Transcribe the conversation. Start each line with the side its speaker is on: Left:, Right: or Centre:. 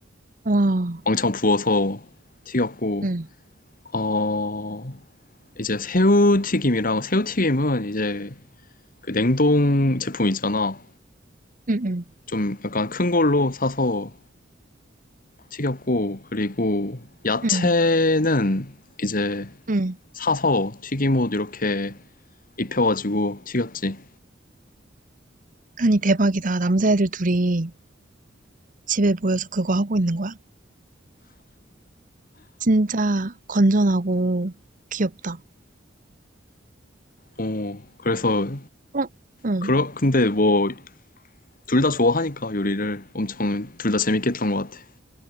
Right: 와.
Left: 왕창 부어서 튀겼고,
Right: 응,
Left: 어, 이제 새우튀김이랑 새우튀김은 이제 그 냉동 제품 있잖아.
Right: 응, 응,
Left: 좀 약간 큰 걸로 사서 튀겼고, 그리고 야채는
Right: 응,
Left: 이제
Right: 응.
Left: 사서 튀김옷 이렇게 입혀가지고 튀겼지.
Right: 아니, 대박이다. 남자애들 둘이. 집에 모여서 그거 하고 있는 거야? 진짜 건전하고 귀엽다.
Left: 어, 그래서,
Right: 어, 응.
Left: 그러, 근데 뭐, 둘 다 좋아하니까 요리를 엄청 둘 다 재밌게 했던 것 같아.